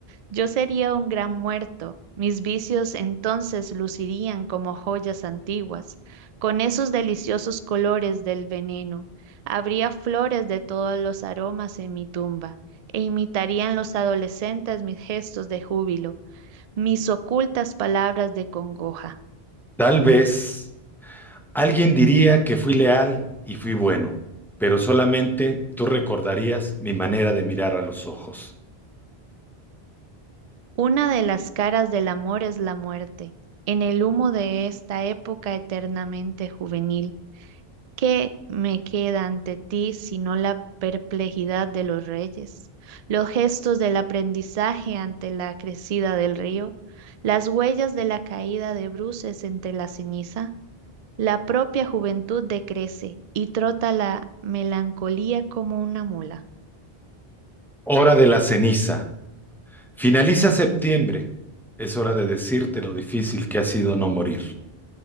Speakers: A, on the right; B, in the centre.
A: Yo sería un gran muerto. Mis vicios entonces lucirían como joyas antiguas, con esos deliciosos colores del veneno. Habría flores de todos los aromas en mi tumba, e imitarían los adolescentes mis gestos de júbilo, mis ocultas palabras de congoja.
B: Tal vez alguien diría que fui leal y fui bueno, pero solamente tú recordarías mi manera de mirar a los ojos.
A: Una de las caras del amor es la muerte, en el humo de esta época eternamente juvenil ¿Qué me queda ante ti sino la perplejidad de los reyes, los gestos del aprendizaje ante la crecida del río, las huellas de la caída de bruces entre la ceniza? La propia juventud decrece y trota la melancolía como una mula.
B: Hora de la ceniza. Finaliza septiembre. Es hora de decirte lo difícil que ha sido no morir.